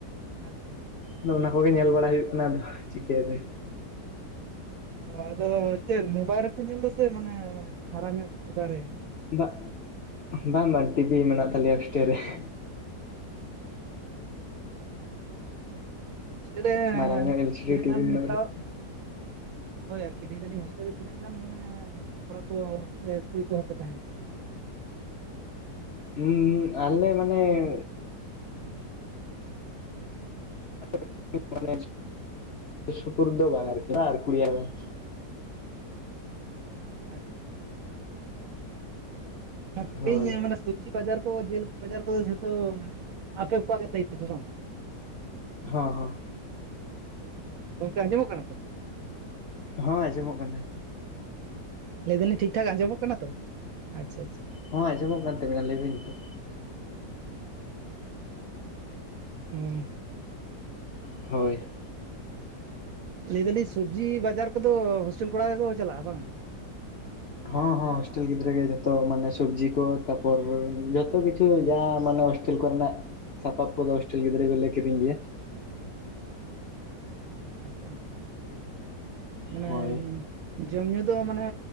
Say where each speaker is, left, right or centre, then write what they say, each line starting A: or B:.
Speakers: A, on the right; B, on the left.
A: ᱟᱪᱪᱷᱟ ᱟᱪᱪᱷᱟ
B: ᱟᱫᱚ ᱚᱱᱟ ᱠᱚᱜᱮ ᱧᱮᱞ ᱵᱟᱲᱟ ᱦᱩᱭᱩᱜ ᱠᱟᱱᱟ ᱪᱤᱠᱟᱹᱛᱮ
A: ᱚ ᱟᱫᱚ ᱪᱮᱫ ᱢᱳᱵᱟᱭᱤᱞ ᱨᱮᱯᱮ ᱧᱮᱞ ᱫᱟ ᱪᱮ ᱢᱟᱱᱮ ᱢᱟᱨᱟᱝ ᱧᱚᱜ ᱚᱡᱟᱨᱮ
B: ᱵᱟᱝ ᱵᱟᱝ ᱵᱟᱝ ᱴᱤᱵᱷᱤ ᱢᱮᱱᱟᱜ ᱛᱟᱞᱮᱭᱟ ᱦᱥᱴᱮᱞ ᱨᱮ ᱾
A: ᱦᱚᱥᱴᱮᱞ ᱨᱮ
B: ᱢᱟᱨᱟᱝ ᱧᱚᱜ ᱮᱞ ᱥᱤ
A: ᱛᱤᱱᱟᱹᱜ
B: ᱰᱤ ᱴᱤᱵᱷᱤ
A: ᱜᱟᱱ
B: ᱢᱮᱱᱟᱜ
A: ᱱᱤᱛᱚᱜ?
B: ᱛᱟᱞᱮᱭᱟ
A: ᱦᱳᱭ ᱟᱨᱠᱤ ᱞᱟᱹᱭᱞᱤᱡᱧ ᱦᱳᱥᱴᱮᱞ ᱨᱮ ᱛᱤᱱᱟᱹᱜ ᱜᱟᱱ ᱢᱟᱱᱮ ᱠᱚᱲᱟ ᱠᱚ ᱥᱮ ᱠᱩᱲᱤ ᱠᱚᱦᱚᱸ ᱯᱮ ᱛᱟᱦᱮᱱ ᱜᱮᱭᱟ <unintelligible>
B: ᱦᱩᱸ ᱦ ᱟᱞᱮ ᱢᱟᱱᱮ ᱾ <unintelligible> ᱥᱩᱯᱩᱨᱫ ᱵᱟᱝ ᱟᱱ ᱟᱨ ᱠᱤᱲᱤᱭᱟ <unintelligible>
A: ᱟᱪᱪᱷᱟ ᱚᱱᱟ ᱠᱤᱨᱤᱧ
B: ᱦᱳᱭ
A: ᱢᱟᱱᱮ ᱥᱚᱵᱡᱤ ᱵᱟᱡᱟᱨ ᱠᱚ ᱡᱮᱞ ᱵᱟᱡᱟᱨ ᱠᱚᱫᱚ ᱡᱷᱚᱛᱚ ᱟᱯᱮ ᱠᱚᱣᱟᱜ ᱜᱮ ᱫᱟᱭᱤ ᱛᱚ ᱵᱟᱝ?
B: ᱦᱚᱸ ᱦᱚᱸ
A: ᱜᱚᱢᱠᱮ ᱟᱸᱡᱚᱢᱚᱜ ᱠᱟᱱᱟ ᱛᱚ?
B: ᱦᱚᱸ ᱟᱸᱡᱚᱢᱚᱜ ᱠᱟᱱᱟ
A: ᱞᱟᱹᱭ ᱮᱫᱟᱞᱤᱧ ᱴᱷᱤᱠ ᱴᱷᱟᱠ ᱟᱸᱡᱚᱢᱚᱜ ᱠᱟᱱᱟ ᱛᱚ ᱟᱪᱪᱷᱟ ᱟᱪᱪᱷᱟ
B: ᱦᱚᱭ ᱚᱸᱡᱚᱢᱚᱜ ᱠᱟᱱ ᱛᱟᱵᱤᱱᱟ ᱞᱟᱹᱭᱵᱤᱱ ᱱᱤᱛᱚᱜ᱾
A: ᱦᱮᱸ <unintelligible>
B: ᱦᱳᱭ
A: ᱞᱟᱹᱭ ᱫᱟᱞᱤᱧ ᱥᱚᱵᱽᱡᱤ ᱵᱟᱡᱟᱨ ᱠᱚᱫᱚ ᱦᱳᱥᱴᱮᱞ ᱠᱚᱲᱟ ᱜᱮᱠᱚ ᱪᱟᱞᱟᱜᱼᱟ ᱵᱟᱝᱼᱟ?
B: ᱦᱚ ᱦᱚ ᱦᱚᱥᱴᱮᱞ ᱜᱤᱫᱽᱨᱟᱹ ᱜᱮ ᱡᱚᱛᱚ ᱢᱟᱱᱮ ᱥᱚᱵᱽᱡᱤ ᱠᱚ ᱛᱟᱯᱚᱨ ᱡᱚᱛᱚ ᱠᱤᱪᱷᱩ ᱡᱟ ᱢᱟᱱᱮ ᱦᱳᱥᱴᱮᱞ ᱠᱚᱨᱮᱱᱟᱜ ᱥᱟᱯᱟᱵ ᱠᱚᱫᱚ ᱦᱳᱥᱴᱮᱞ ᱜᱤᱫᱽᱨᱟᱹ ᱠᱚᱞᱮ ᱠᱤᱨᱤᱧ ᱜᱮᱭᱟ
A: ᱟᱪᱪᱷᱟ ᱟᱪᱪᱷᱟ ᱢᱟᱱᱮ
B: ᱦᱳᱭ
A: ᱡᱚᱢ ᱧᱩᱩ ᱫᱚ ᱢᱟᱱᱮ